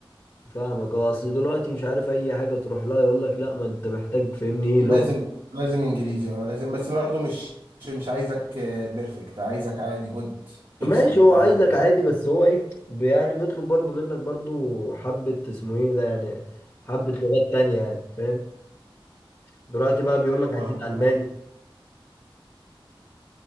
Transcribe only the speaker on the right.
لازم
لازم انجليزي اه لازم بس برضه مش مش عايزك بيرفكت عايزك عادي جود
اكسلنت
عادي
فاهم
ايوه
فاهمك
فاهمك